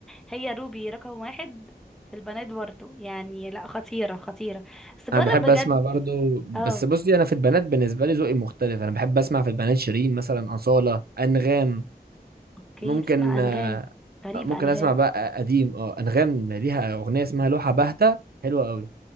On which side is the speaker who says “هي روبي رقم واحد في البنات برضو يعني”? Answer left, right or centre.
Centre